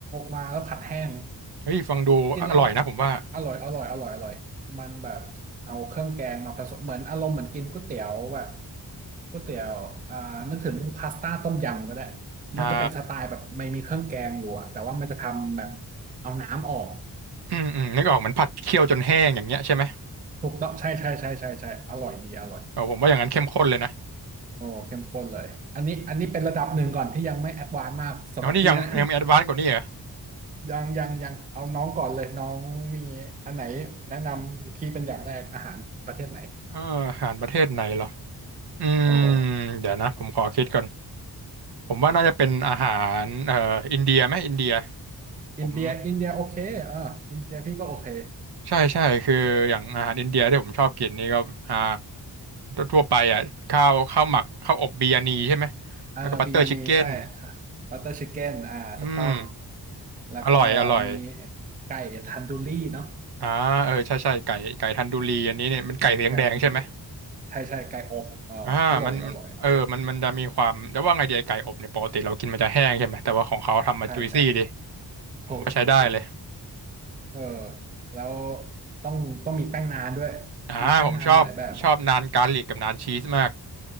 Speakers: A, on the right (about 20°); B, on the right (about 65°).
A: มาแล้วผัดแห้ง
B: เฮ้ยฟังดูอร่อยนะผมว่า
A: กินแล้วอร่อยอร่อยอร่อยอร่อยมันแบบเอาเครื่องแกงมาผสมเหมือนอารมณ์เหมือนกินก๋วยเตี๋ยวแบบก๋วยเตี๋ยวอ่านึกถึงพาสต้าต้มยำก็ได้
B: อ่า
A: มันจะเป็นสไตล์แบบไม่มีเครื่องแกงอยู่อะแต่ว่ามันจะทำแบบเอาน้ำออก
B: อืมอืมนึกออกเหมือนผัดเคี่ยวจนแห้งอย่างเงี้ยใช่ไหม
A: ถูกต้องใช่ใช่ใช่ใช่ใช่อร่อยดีอร่อย
B: เออผมว่าอย่างนั้นเข้มข้นเลยนะ
A: โอ้เข้มข้นเลยอันนี้อันนี้เป็นระดับหนึ่งก่อนที่ยังไม่แอดวานซ์มากสำหรับพี่นะ
B: แล้วนี่ยังยังแอดวานซ์กว่านี้เหรอ
A: <laughs> ยังยังยังเอาน้องก่อนเลยน้องมีอันไหนแนะนำพี่เป็นอย่างแรกอาหารประเทศไหน
B: เอออาหารประเทศไหนเหรออื
A: โอ้
B: มเดี๋ยวนะผมขอคิดก่อน ผมว่าน่าจะเป็นอาหารเอ่ออินเดียไหมอินเดีย
A: อินเดียอินเดียโอเคอ่าอินเดียพี่ก็โอเค
B: ผมใช่ใช่คืออย่างอาหารอินเดียที่ผมชอบกินนี่ก็อ่าทั่วไปอ่ะข้าวข้าวหมักข้าวอบบิยานีใช่ไหม
A: อ่าบิรยนีใช่ค่ะบัตเตอร์ชิคเก้นอ่าถูกต้อง
B: แล้วก็บัตเตอร์ชิคเก้นอืม
A: แล้วก็
B: อร่อยอร่อย
A: มีไก่ทันดูรี่เนาะ
B: อ่าเออใช่ใช่ไก่ไก่ทันดูรีอันนี้เนี่ยมันไก่สีแดงๆใช่ไหม
A: ไก่ทันดูรี่ใช่ใช่ไก่อบเอออร่อยอร่อย
B: อ่ามันเออมันมันจะมีความแต่ว่าไงดีไอไก่อบเนี่ยปกติเรากินมันจะแห้งใช่ไหมแต่ว่าของเขาทำมาจุยซี่ดิ
A: ใช่ใช่
B: ผมว่าใช้ได้เลย
A: ถูกถูกถูกเออแล้วต้องต้องมีแป้งนานด้วย
B: อ่าผมชอบชอบนานการลิกกับนานชีสมาก
A: มีแป้งนานมีหลายแบบ